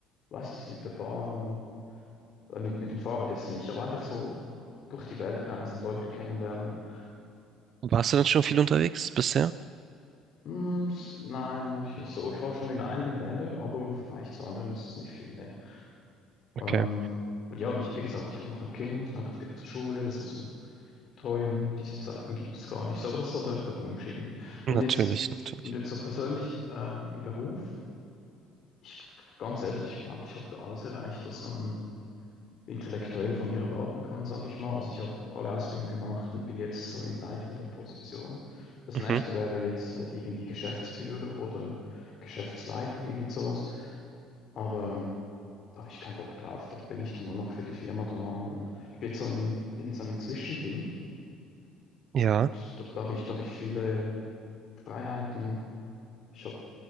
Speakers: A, on the left; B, on the right.
A: weiß nicht, mit der Bahn, äh, mit, mit dem Fahrrad jetzt nicht, aber einfach so durch die Welt reisen, Leute kennenlernen.
B: Warst du denn schon viel unterwegs bisher?
A: Hm, s- nein, natürlich nicht so. Ich war schon in einigen Ländern, aber im Vergleich zu anderen ist das nicht viel, ne. Ähm,
B: Okay.
A: und ja, und ich, wie gesagt, ich habe noch ein Kind, na, das geht zur Schule, das muss man betreuen. Diese Zeiten gibt es gar nicht. So, aber das ist so der, der Wunsch irgendwie. Und
B: Natürlich,
A: jetzt so,
B: natürlich.
A: und jetzt so persönlich ähm, im Beruf, ich ganz ehrlich, ich glaube, ich habe da alles erreicht, was man intellektuell von mir erwarten kann, sage ich mal. Also ich habe alle Ausbildungen gemacht und bin jetzt so in leitender Position. Das
B: Mhm.
A: nächste wäre jetzt äh, irgendwie Geschäftsführer oder Geschäftsleitung, irgend sowas. Aber da habe ich keinen Bock drauf. Da bin ich dann nur noch für die Firma da und ich bin jetzt so in, in so einem Zwischending und
B: Ja.
A: da, da habe ich, da habe ich viele Freiheiten. Ich habe